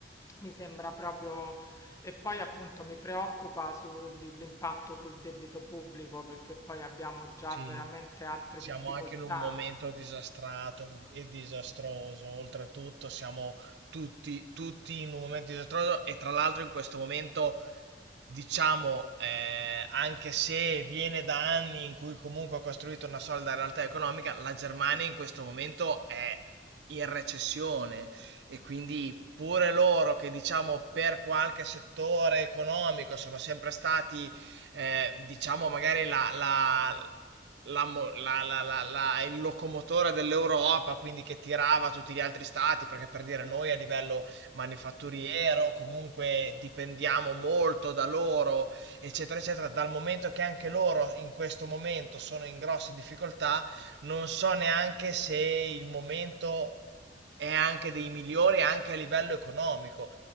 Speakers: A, on the left; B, on the right.
A: mi sembra proprio e poi appunto mi preoccupa sul- di- l'impatto sul debito pubblico perché poi abbiamo già
B: Sì.
A: veramente altre
B: Siamo
A: difficoltà
B: anche in un momento disastrato e disastroso, oltretutto siamo tutti, tutti in un momento disastroso e tra l'altro in questo momento, diciamo, eh, anche se viene da anni in cui comunque ha costruito una solida realtà economica, la Germania in questo momento è in recessione e quindi pure loro che diciamo per qualche settore economico sono sempre stati eh, diciamo magari la, la- la mo- la- la- la- la- il locomotore dell'Europa, quindi che tirava tutti gli altri stati, perché per dire noi a livello manifatturiero comunque dipendiamo molto da loro, eccetera, eccetera, dal momento che anche loro in questo momento sono in grosse difficoltà, non so neanche se il momento è anche dei migliori anche a livello economico,